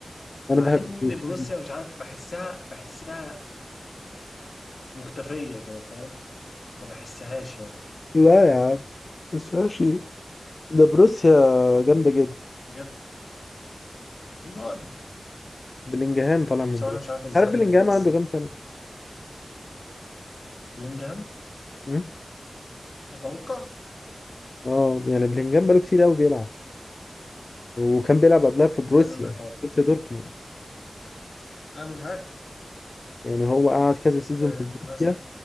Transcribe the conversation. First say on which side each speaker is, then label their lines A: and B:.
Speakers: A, on the left (about 80°); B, on the left (about 60°).
A: مع
B: انا بحب
A: ان
B: بروسيا
A: بروسيا
B: جدا
A: مش عارف بحسها بحسها مختفيه كده فاهم ما بحسهاش يعني
B: لا يا عم بس ماشي ده بروسيا جامده جدا
A: بجد راجل
B: بلينجهام
A: أنا
B: طالع من
A: بصراحه
B: بروسيا
A: مش عارف ازاي
B: عارف بلينجهام
A: يعني بس
B: عنده كام سنه
A: بلينجهام
B: م?
A: اتوقع
B: اه يعني بلينجهام بقاله كتير قوي بيلعب وكان بيلعب قبلها في بروسيا
A: استنى انا اتوقع
B: بروسيا دورتموند
A: انا مش عارف
B: يعني هو قعد كذا سيزون
A: أه
B: في بروسيا
A: مثلا